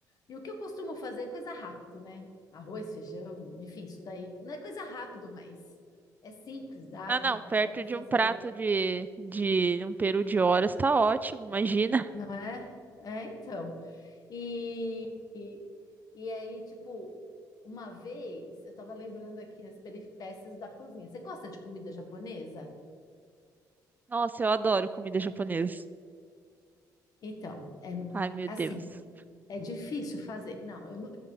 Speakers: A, on the left; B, on the right.
A: E o que eu costumo fazer é coisa rápido, né? Arroz, feijão, enfim, isso daí. Não é coisa rápido, mas é simples, dá,
B: ah, não, perto
A: dá para
B: de
A: fazer,
B: um prato de, de um peru de horas tá ótimo, imagina.
A: não é? É, então. E, e, e aí, tipo, uma vez eu tava lembrando aqui as peripécias da cozinha. Você gosta de comida japonesa?
B: Nossa, eu adoro comida japonesa.
A: Então, é
B: Ai, meu
A: assim,
B: Deus.
A: é difícil fazer. Não, eu não-